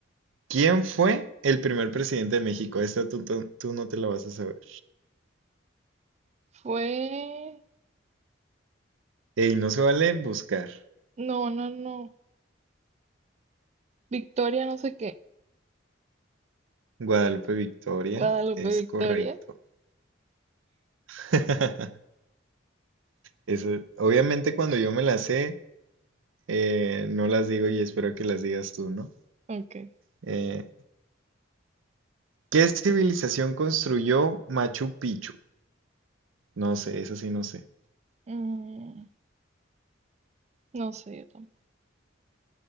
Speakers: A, on the right; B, on the right.
A: ¿quién fue el primer presidente de México? Esta tú, tú- tú no te la vas a saber.
B: Fue...
A: Ey, no se vale buscar.
B: No, no, no. Victoria, no sé qué.
A: Guadalupe Victoria,
B: Guadalupe
A: es
B: Victoria.
A: correcto. <laughs> Eso, obviamente cuando yo me las sé, eh, no las digo y espero que las digas tú, ¿no?
B: Ok.
A: Eh, ¿qué civilización construyó Machu Picchu? No sé, eso sí no sé.
B: Mm, no sé, yo tampoco.